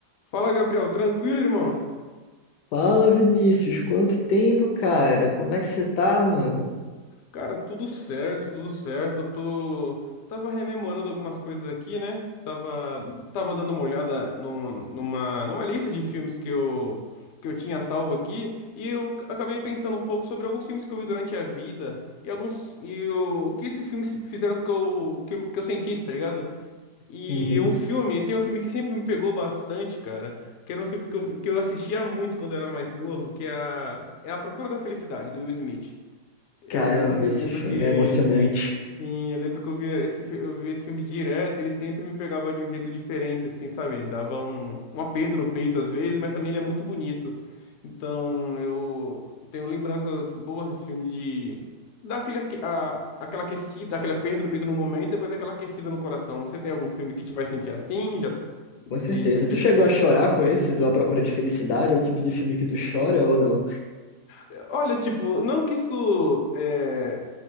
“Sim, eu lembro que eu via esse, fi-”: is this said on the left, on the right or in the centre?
Left